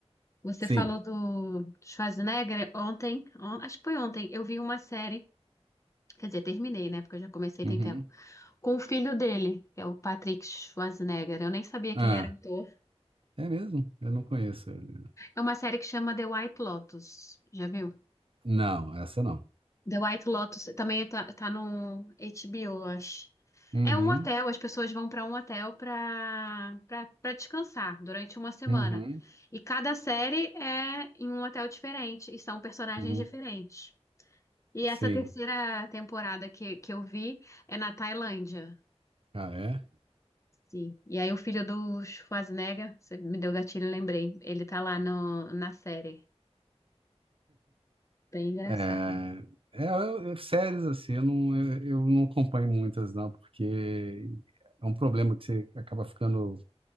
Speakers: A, on the left (about 25°); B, on the right (about 55°).
A: você
B: Sim.
A: falou do Schwarzenegger ontem, on- acho que foi ontem, eu vi uma série, quer dizer, terminei, né? Porque eu já comecei
B: Uhum.
A: tem tempo. com o filho dele, que é o Patrick Schwarzenegger. Eu nem sabia
B: Ah,
A: que ele era ator.
B: é mesmo? Eu não conheço ele.
A: É uma série que chama The White Lotus. Já viu?
B: Não, essa não.
A: The White Lotus também tá, tá no HBO, eu acho.
B: Uhum,
A: É um hotel, as pessoas vão para um hotel para para descansar durante uma semana.
B: uhum,
A: E cada série é em um hotel diferente e são personagens
B: uhum.
A: diferentes. E
B: Sim.
A: essa terceira temporada que, que eu vi é na Tailândia.
B: Ah, é?
A: Sim. E aí o filho do Schwarzenegger, você me deu gatilho, lembrei. Ele tá lá no, na série. Bem engraçado.
B: É, é, eu- eu- séries assim, eu não, eu, eu não acompanho muitas não, porque é um problema que você acaba ficando